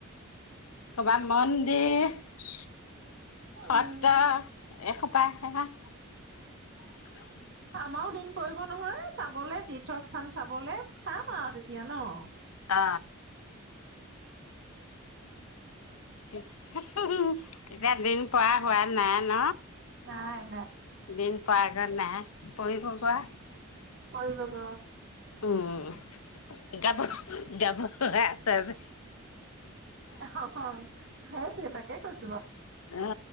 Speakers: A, on the left; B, on the right.
A: ক'ৰবাত মন্দিৰ
B: উম
A: সত্ৰ এসোপাই আহে না <unintelligible>
B: আমাৰও দিন পৰিব নহয় চাবলে তীৰ্থস্থান চাবলে চাম আৰু তেতিয়া ন
A: অ এতিয়া দিন প হোৱা নাই ন
B: অ
A: দিন প আগৰ নাই প়িব কোৱা
B: কৰিব গ
A: উম গাব যাব এছেছে
B: অ সেইটয়ে তাকে কৈছ
A: অ